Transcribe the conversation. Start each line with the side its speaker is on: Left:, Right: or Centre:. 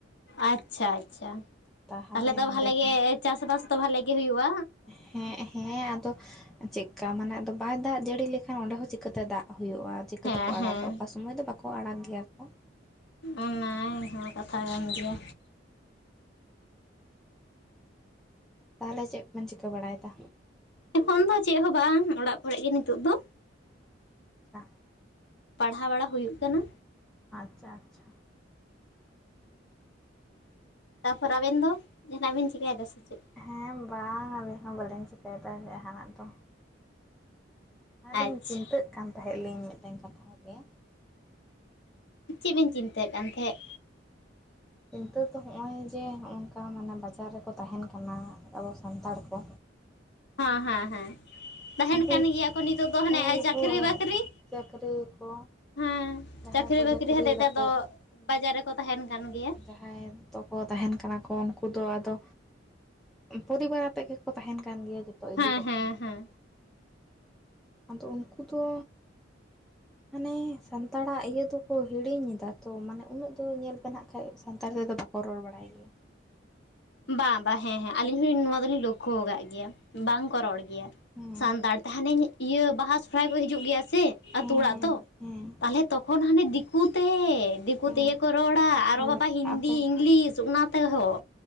Left: ᱟᱪᱪᱷᱟ ᱟᱪᱪᱷᱟ
Centre: ᱛᱟᱦᱚᱞᱮ
Left: ᱛᱟᱦᱞᱮ ᱫᱚ
Centre: ᱚᱸᱰᱮ
Left: ᱵᱷᱟᱞᱮ
Centre: ᱠᱷᱚᱱ
Left: ᱜᱮ ᱪᱟᱥ-ᱵᱟᱥ ᱫᱚ ᱵᱷᱟᱞᱮ ᱜᱮ ᱦᱩᱭᱩᱜ-ᱟ᱾
Centre: ᱦᱮᱸ ᱦᱮᱸ ᱟᱫᱚ ᱪᱮᱫ? ᱠᱟ ᱢᱟᱱᱮ ᱟᱫᱚ ᱵᱟᱭ ᱫᱟᱜ ᱡᱟᱹᱲᱤ ᱞᱮᱠᱷᱟᱱ ᱚᱸᱰᱮ ᱦᱚᱸ ᱪᱤᱠᱟᱹᱛᱮ ᱫᱟᱜ ᱦᱩᱭᱩᱜ-ᱟ᱾ ᱪᱤᱠᱟᱹ
Left: ᱦᱮᱸ
Centre: ᱛᱮᱠᱚ ᱟᱲᱟᱜᱟ
Left: ᱦᱮᱸ
Centre: ᱚᱠᱟ ᱥᱚᱢᱚᱭ ᱫᱚ ᱵᱟᱠᱚ ᱟᱲᱟᱜ ᱜᱮᱭᱟᱠᱚ᱾
Left: ᱚᱱᱟ ᱦᱚᱸ ᱠᱟᱛᱷᱟ ᱠᱟᱱ ᱜᱮᱭᱟ᱾
Centre: ᱛᱟᱦᱚᱞᱮ ᱪᱮᱫ ᱠᱚ ᱵᱮᱱ ᱪᱤᱠᱟᱹ ᱵᱟᱲᱟᱭᱫᱟ?
Left: ᱮᱠᱷᱚᱱ ᱫᱚ ᱪᱮᱫ ᱦᱚᱸ ᱵᱟᱝ ᱚᱲᱟᱜ ᱠᱚᱨᱮ ᱜᱮ ᱱᱤᱛᱚᱜ ᱫᱚ᱾
Centre: ᱟᱪᱪᱷᱟ᱾
Left: ᱯᱟᱲᱦᱟᱣ ᱵᱟᱲᱟ ᱦᱩᱭᱩᱜ ᱠᱟᱱᱟ᱾
Centre: ᱟᱪᱪᱷᱟ ᱟᱪᱪᱷᱟ᱾
Left: ᱛᱟᱯᱚᱨ ᱟᱵᱮᱱ ᱫᱚ ᱡᱟᱦᱟᱸᱱᱟᱜ ᱵᱮᱱ ᱪᱤᱠᱟᱭᱫᱟ ᱥᱮ ᱪᱮᱫ?
Centre: ᱦᱮᱸ ᱵᱟᱝ ᱟᱹᱞᱤᱧ ᱦᱚᱸ ᱵᱟᱹᱞᱤᱧ ᱪᱤᱠᱟᱹᱭᱫᱟ ᱡᱟᱦᱟᱸᱱᱟᱜ ᱫᱚ᱾ ᱟᱹᱞᱤᱧ
Left: ᱟᱪᱪᱷᱟ
Centre: ᱪᱤᱱᱛᱟᱹᱜ ᱠᱟᱱ ᱛᱟᱦᱮᱸᱫ ᱞᱤᱧ ᱢᱤᱫᱴᱮᱱ ᱠᱟᱛᱷᱟ ᱜᱮ?
Left: ᱪᱮᱫ ᱵᱤᱱ ᱪᱤᱱᱛᱟᱹᱜ ᱠᱟᱱ ᱛᱟᱦᱮᱸᱫ?
Centre: ᱪᱤᱱᱛᱟᱹ ᱫᱚ ᱦᱚᱜ-ᱚᱭ ᱡᱮ ᱦᱚᱜ ᱚᱝᱠᱟ ᱢᱟᱱᱮ ᱵᱟᱡᱟᱨ ᱨᱮᱠᱚ ᱛᱟᱦᱮᱱ ᱠᱟᱱᱟ ᱟᱵᱚ ᱥᱟᱱᱛᱟᱲ ᱠᱚ᱾
Left: ᱦᱟᱸ ᱦᱮᱸ ᱦᱮᱸ ᱛᱟᱦᱮᱱ
Centre: ᱟᱫᱚ
Left: ᱠᱟᱱ ᱜᱮᱭᱟ ᱠᱚ ᱱᱤᱛᱳᱜ ᱫᱚ ᱦᱟᱱᱮ
Centre: ᱦᱳᱭ
Left: ᱟᱭ ᱪᱟᱹᱠᱨᱤ
Centre: ᱦᱳᱭ
Left: ᱵᱟᱹᱠᱨᱤ
Centre: ᱪᱟᱹᱠᱨᱤ ᱠᱚ
Left: ᱦᱮᱸ
Centre: ᱡᱟᱦᱟᱸᱭ
Left: ᱪᱟᱹᱠᱨᱤ
Centre: ᱠᱚ
Left: ᱵᱟᱹᱠᱨᱤ
Centre: ᱪᱟᱹᱠᱨᱤᱭ
Left: ᱦᱚᱛᱮᱫ ᱛᱮ
Centre: ᱫᱟᱠᱚ
Left: ᱟᱫᱚ
Centre: ᱦᱳᱭ
Left: ᱵᱟᱡᱟᱨ ᱨᱮᱠᱚ ᱛᱟᱦᱮᱱ ᱠᱟᱱ ᱜᱮᱭᱟ᱾
Centre: ᱡᱟᱦᱟᱸᱭ ᱫᱚᱠᱚ ᱛᱟᱦᱮᱱ ᱠᱟᱱᱟ ᱠᱚ ᱩᱱᱠᱩ ᱫᱚ ᱟᱫᱚ ᱯᱚᱨᱤᱵᱟᱨ ᱟᱛᱮ ᱜᱮᱠᱚ ᱛᱟᱦᱮᱱ ᱠᱟᱱ ᱜᱮᱭᱟ ᱡᱚᱛᱚ ᱤᱫᱤ
Left: ᱦᱮᱸ
Centre: ᱠᱟᱛᱮ᱾
Left: ᱦᱮᱸ ᱦᱮᱸ
Centre: ᱟᱫᱚ ᱩᱱᱠᱩ ᱫᱚ ᱢᱟᱱᱮ ᱥᱟᱱᱛᱟᱲᱟᱜ ᱤᱭᱟᱹ ᱫᱚᱠᱚ ᱦᱤᱲᱤᱧ ᱮᱫᱟ ᱛᱚ ᱢᱟᱱᱮ ᱩᱱᱟᱹᱜ ᱫᱚ ᱧᱮᱞ ᱯᱮᱱᱟᱦᱟᱜ ᱠᱷᱟᱡ ᱥᱟᱱᱛᱟᱲ ᱛᱮᱫᱚ ᱵᱟᱠ ᱠᱚ ᱨᱚᱲ ᱵᱟᱲᱟᱭ ᱜᱮᱭᱟ ᱾
Left: ᱵᱟᱝ ᱵᱟᱝ ᱦᱮᱸ ᱦᱮᱸ ᱟᱞᱤᱧ ᱦᱚᱸᱧ ᱱᱚᱣᱟ ᱫᱚᱞᱤᱧ ᱞᱳᱠᱷᱚ ᱟᱠᱟᱫ ᱜᱮᱭᱟ ᱵᱟᱝ ᱠᱚ ᱨᱚᱲ ᱜᱮ ᱜᱮᱭᱟ,
Centre: ᱦᱮᱸ
Left: ᱥᱟᱱᱛᱟᱲ ᱛᱮ ᱦᱟᱱᱮ ᱤᱭᱟᱹ ᱵᱟᱦᱟ ᱥᱚᱦᱨᱟᱭ ᱠᱚ ᱦᱤᱡᱩᱜ ᱜᱮᱭᱟ ᱥᱮ
Centre: ᱦᱮᱸ
Left: ᱟᱛᱩ ᱚᱲᱟᱜ
Centre: ᱦᱮᱸ
Left: ᱫᱚ
Centre: ᱦᱮᱸ
Left: ᱛᱟᱦᱚᱞᱮ ᱛᱚᱠᱷᱚᱱ ᱦᱟᱱᱮ ᱫᱤᱠᱩᱛᱮ ᱫᱤᱠ ᱫᱤᱠᱩ ᱛᱮᱜᱮ
Centre: ᱦᱮᱸ
Left: ᱠᱚ ᱨᱚᱲᱟ ᱟᱨᱚ
Centre: ᱦᱳᱭ
Left: ᱵᱟᱵᱟ ᱦᱤᱱᱫᱤ
Centre: ᱟᱯᱮ
Left: ᱤᱝᱞᱤᱥ ᱚᱱᱟ ᱛᱮᱦᱚᱸ